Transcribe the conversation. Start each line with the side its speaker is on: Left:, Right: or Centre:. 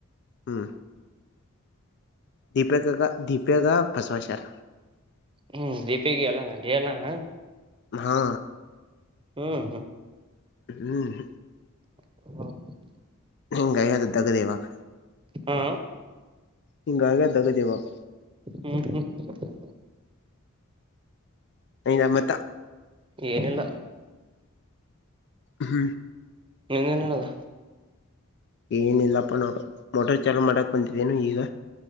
Left: ಹ್ಮ ದೀಪಿಕಾಗ ದೀಪಿಕ ಬಸವಷರ
Right: ಹ್ಮ್ ದೀಪಿಕಿ ಎಲ್ಲಂಗ ಜ ಎಲ್ಲಂಗ
Left: ಹಾ
Right: ಹ್ಮ್ ಹ್ಮ್
Left: ಹ್ಮ್
Right: ಹ
Left: ಹಂಗಯದು ದಗದೇವಾಗ
Right: ಹಾ
Left: ಹಿಂಗಗ ದಗದ ಇವಾಗ
Right: ಹ್ಮ್ ಹ್ಮ್
Left: ಇವಾಗ ಮತ್ತ
Right: ಏನಿಲ್ಲ
Left: ಹ್ಮ್
Right: ಹೆಂಗೇಏನಡಲ್ಲ
Left: ಏನಿಲ್ಲಪ್ಪ ನೋಡು ಮೋಟಾರ್ ಚಾಲೂ ಮಾಡಕ್ ಬಂದಿದ್ದೇನು ಈಗ